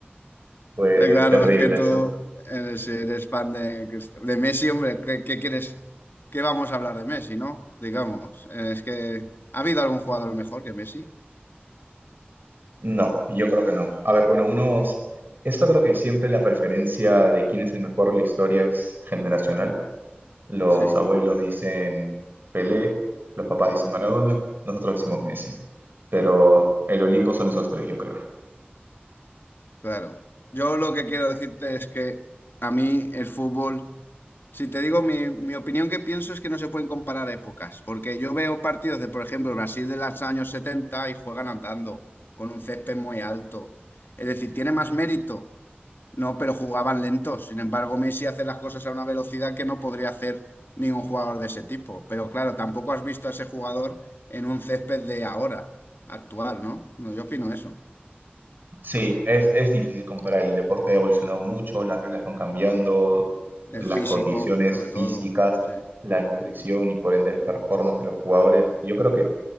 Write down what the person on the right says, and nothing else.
Fue
terrible
eso.
No, yo creo que no. A ver, bueno, unos... Esto creo que siempre la preferencia de quién es el mejor de la historia es generacional. Los
abuelos dicen Pelé, los papás dicen Maradona,
nosotros decimos Messi. Pero el Olimpo son esos tres, yo creo.
Sí, es, es difícil comparar. El deporte ha evolucionado mucho, las reglas van cambiando,
las
condiciones
físicas,
la nutrición y por ende el performance de los jugadores. Yo creo que